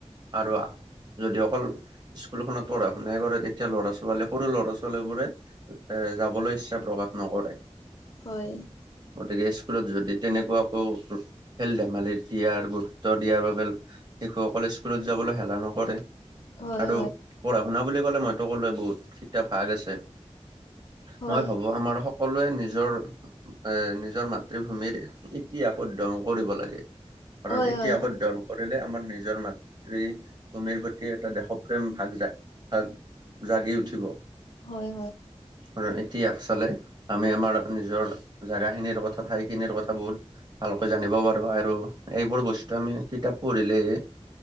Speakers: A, on the right; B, on the left.
A: আৰু যদি অকল স্কুলখনত পঢ়া শুনাই কৰে তেতিয়া ল'ৰা ছোৱালীয়ে সৰু ল'ৰা ছোৱালী বোৰে এ যাবলৈ ইচ্ছা প্ৰকাশ নকৰে।
B: হয়।
A: গতিকে স্কুলত যদি তেনেকুৱাকো খেল ধেমালি দিয়াৰ গুৰুত্ব দিয়াৰ বাবে শিশুসকলে স্কুলত যাবলৈ হেলা নকৰে
B: হয়
A: আৰু পঢ়া শুনা বুলি কলে মই বহুত এতিয়া ভাগ আছে
B: হয়
A: মই ভাবো আমাৰ সক- সকলোৱে নিজৰ এ নিজৰ মাতৃভূমিৰ- এতিয়া সুদদন কৰিব লাগে কাৰণ
B: হয়
A: এতিয়া
B: হয় হয়
A: সুদদন কৰিলে আমাৰ নিজৰ মাতৃ ভূমিৰ প্ৰতি এটা দেশপ্ৰেম ভাগ যায় ভাগ- জাগি উঠিব।
B: হয়
A: উম এতিয়া আচালে আমি আমাৰ নিজৰ জেগাখিনিৰ কথা ঠাইখিনিৰ কথা বহুত ভালকৈ জানিব পাৰো আৰু এইবোৰ বস্তু আমি কিতাপ পঢ়িলেই